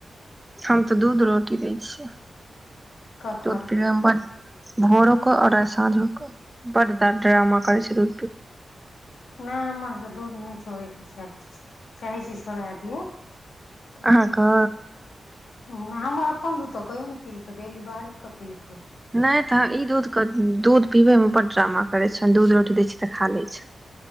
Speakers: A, on the right; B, on the left.
A: हम तऽ दूध रोटी दै छियै
B: कखन
A: दूध पीबमे बड भोरो क और साँझो क बड ड्रामा करे छै दूध पीब म
B: ह हमर स दूध नइ छोड़ै छै चाहै छै चाहै छी छोड़ा दिअ <inaudible>
A: अहाँके
B: उम हमर अपन दूध तऽ कहियो नै पिलकै डेली बाहरे कऽ पिलकै
A: नइ तऽ ई दूधक दूध पिबैमे बड ड्रामा करैत छइ दूध रोटी दै छियइ तऽ खा लैत छइ